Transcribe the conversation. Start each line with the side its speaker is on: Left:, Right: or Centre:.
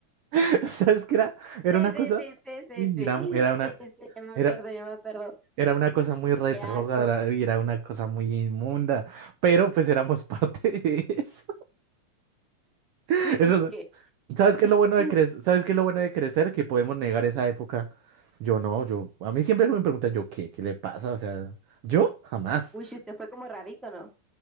Right: <laughs> ¿Sabes qué era? Era
Centre: Sí,
Right: una
Centre: sí,
Right: cosa,
Centre: sí, sí, sí,
Right: uy,
Centre: sí.
Right: era, era una,
Centre: Sí, sí, yo me
Right: era,
Centre: acuerdo, yo me acuerdo.
Right: era una cosa muy retrógrada
Centre: Qué asco.
Right: y
Centre: <laughs>
Right: era una cosa muy inmunda, pero pues éramos <laughs> parte de eso. <laughs>
Centre: Y pues
Right: Eso,
Centre: que,
Right: ¿Sabes
Centre: <laughs>
Right: qué es lo bueno de crecer? ¿Sabes qué es lo bueno de crecer? Que podemos negar esa época. Yo no, yo, a mí siempre me preguntan, yo, ¿qué? ¿Qué le pasa? O sea, yo jamás.
Centre: uy, usted fue como rarito, ¿no?